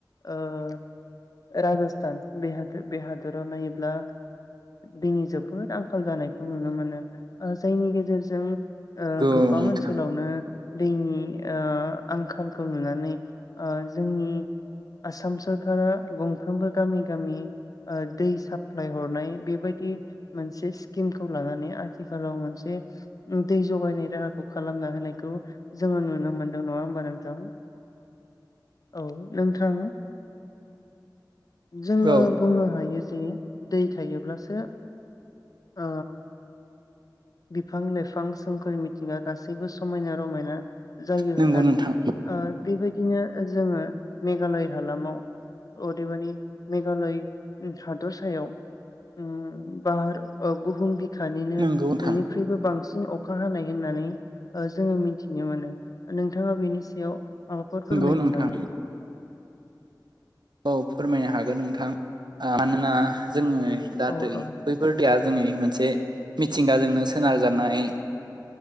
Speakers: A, on the left (about 55°); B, on the right (about 75°).
A: ओ राजस्थान बे हादर बे हादराव नायोब्ला दैनि जोबोद आंखाल जानायखौ नुनो मोनो ओ जायनि गेजेरजों
B: नंगौ
A: गोबां
B: नोंथां
A: ओनसोलावनो दैनि आंखालखौ नुनानै जोंनि आसाम सरका गंफ्रोमबो गामि गामि दै साप्लाय हरनाय बेबायदि मोनसे स्किमखौ लानानै आथिखालाव मोनसे दै जगायनाय राहाखौ खालामना होनायखौ जोंङो नुनो मोनदों नङा होमबा नोंथां औ नोंथां जोंङो
B: औ
A: बुंनो हायो जे दै थायोब्लासो ओ बिफां लाइफां सोमखोर मिथिंगा गासैबो समायना रमायना जायो
B: नंगौ
A: होननानै
B: नोंथां
A: बेबायदिनो जोंङो मेघालय हालामाव अदेबानि मेघालय हादर सायाव ओम बार बुहुम बि खानिनो
B: नंगौ नोंथां
A: बयनिख्रुइबो बांसिन अखा हानाय होननानै जोंङो मिथिनो मोनो नोंथाङा बेनि सायाव माबाफोर
B: नंगौ
A: फोरमायगोन
B: नोंथां
A: नामा?
B: औ फोरमायनो हागोन नोंथां मानोना जोङो जाहाथे
A: औ
B: बै
A: औ
B: बेफोरदिया जोंनि मोनसे मिथिंगाजोंनो सोनारजानाय